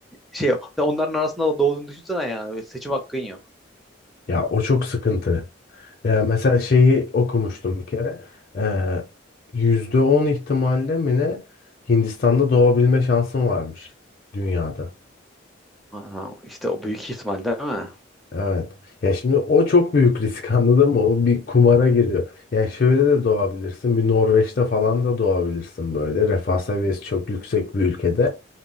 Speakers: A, in the centre; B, on the left (about 45°).
A: şey onların arasında da doğduğunu düşünsene yani seçim hakkın yok.
B: Ya o çok sıkıntı. Ya mesela şeyi okumuştum bir kere. Ee, %10 ihtimalle mi ne Hindistan'da doğabilme şansın varmış dünyada.
A: Aha, işte o büyük ihtimal değil mi?
B: Evet. Ya şimdi o çok büyük risk <laughs> anladın mı? O bir kumara giriyor. Yani şöyle de doğabilirsin. Bir Norveç'te falan da doğabilirsin böyle. Refah seviyesi çok yüksek bir ülkede.